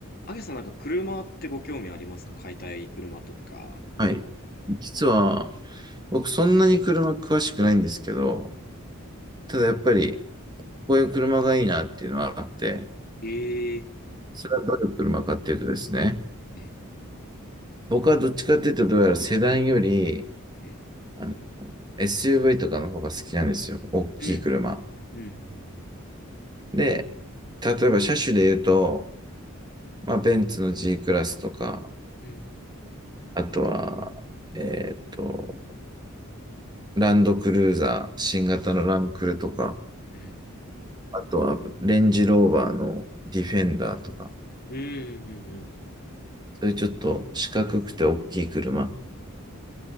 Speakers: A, on the left; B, on the right.
A: あげさんなんか車ってご興味ありますか買いたい車とか、なんか。
B: はい。実は、僕そんなに車詳しくないんですけど、ただやっぱり、こういう車がいいなっていうのはあって、
A: ええ
B: それはどういう車かっていうとですね、
A: え、え、
B: 僕はどっちかっていうと、どうやらセダンより、
A: ええ
B: あの、SUV とかの方が好きなんですよ。大きい車。
A: うん、うん、うん、
B: で、例えば車種で言うと、まあ、ベンツの G クラスとか、
A: うん、うん、
B: あとは、えっと、ランドクルーザー、新型のランクルとか、
A: うん、
B: あとはレンジローバーのディフェンダーとか、
A: うん、うん。うん
B: そういうちょっと四角くて大きい車。